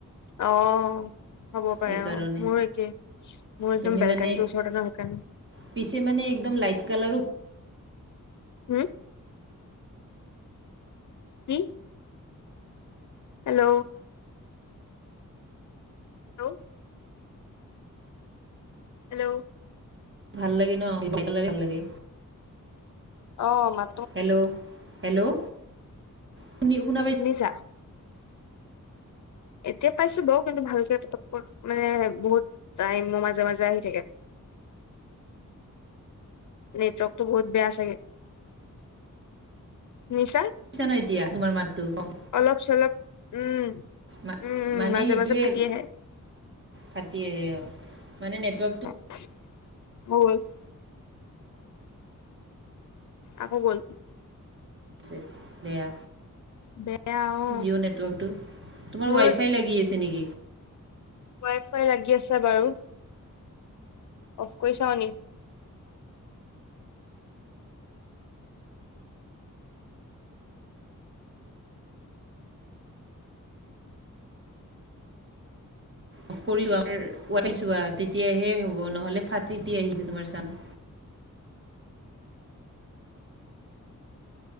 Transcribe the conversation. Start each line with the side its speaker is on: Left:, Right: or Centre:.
Left: অ হ'ব পাৰে
Right: সেইকাৰণে
Left: অ মোৰ একে মোৰ একদম
Right: তুমি
Left: বেলকানিটোৰ
Right: মানে
Left: ওচৰতে। <unintelligible>
Right: পিছে মানে একদম লাইট কালাৰো।
Left: হম। কি। হেল্ল'। হেল্ল'। হেল্ল'।
Right: ভাল লাগে নহ <unintelligible> ভাল লাগে।
Left: অ', মা
Right: হেল্ল', হেল্ল' শুনি শুনা পাই
Left: শুনিছা? এতিয়া পাইছোঁ বাৰু কিন্তু ভালকৈ <unintelligible> মানে বহুত টাইমৰ মাজে মাজে আহি থাকে। নেটৱৰ্কটো বহুত বেয়া চাগে শুনিছা।
Right: শুনিছা <unintelligible> এতিয়া তোমাৰ মাতটো অ'।
Left: অলপ চলপ উম।
Right: মা-মানে
Left: উম উম মাজে
Right: সেইটোৱে
Left: মাজে ফাটি
Right: আৰু
Left: আহে
Right: ফাতি আহে অ মানে নেটৱৰ্কটো।
Left: <unintelligible> আকৌ গ'ল।
Right: <unintelligible> বেয়া।
Left: বেয়া অ
Right: জিঅ' নেটৱৰ্কটো তোমাৰ
Left: মোৰো
Right: ৱাইফাই লাগি আছে নেকি?
Left: ৱাইফাই লাগি আছে বাৰু অফ কৰি চাওঁ নি।
Right: অফ কৰি লোৱা <unintelligible> চোৱা তেতিয়াহে হ'ব নহ'লে ফাটি <unintelligible> আহি আছে তোমাৰ চান